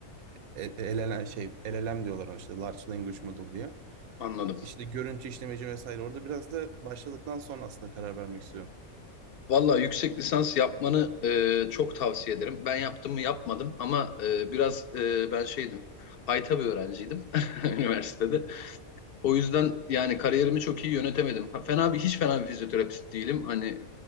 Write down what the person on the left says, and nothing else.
Anladım.
Valla yüksek lisans yapmanı e, çok tavsiye ederim. Ben yaptım mı yapmadım ama e, biraz e, ben şeydim, hayta bir öğrenciydim <laughs> üniversitede.
O yüzden yani kariyerimi çok iyi yönetemedim. Ha, fena bir hiç fena bir fizyoterapist değilim. Hani